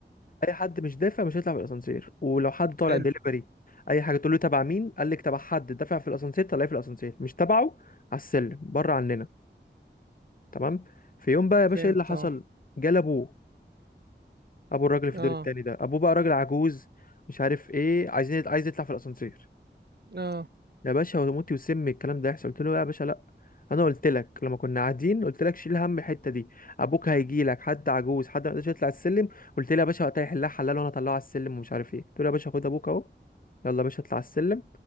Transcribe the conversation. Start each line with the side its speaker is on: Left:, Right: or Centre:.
Left: اي حد مش دافع مش هيطلع في الاسانسير ولو حد طالع
Right: حلو
Left: دليفري اي حاجه تقول له تبع مين قال لك تبع حد دافع في الاسانسير طلعيه في الاسانسير مش تبعه على السلم بره عننا تمام في يوم بقى يا باشا
Right: فهمت
Left: ايه اللي حصل
Right: اه
Left: جال ابوه ابو الراجل اللي في الدور
Right: اه
Left: التاني ده ابوه بقى راجل عجوز مش عارف ايه عايزين عايز يطلع في الاسانسير
Right: اه
Left: يا باشا وموتي وسمي الكلام ده يحصل قلت له لا يا باشا لا انا قلت لك لما كنا قاعدين قلت لك شيل هم الحته دي ابوك هيجي لك حد عجوز حد ما يقدرش يطلع السلم قلت لي يا باشا وقتها يحلها حلال وانا اطلعه على السلم ومش عارف ايه قلت له يا باشا خد ابوك اهو يلا يا باشا اطلع على السلم